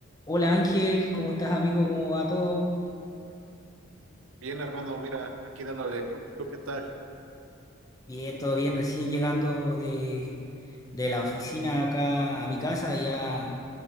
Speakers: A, on the left (about 15°); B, on the right (about 80°).
A: Hola Ángel, ¿cómo estás amigo? ¿Cómo va todo?
B: Bien, hermano, mira, aquí dándole. ¿Tú qué tal?
A: Bien, todo bien, recién llegando de, de la oficina acá a mi casa, ya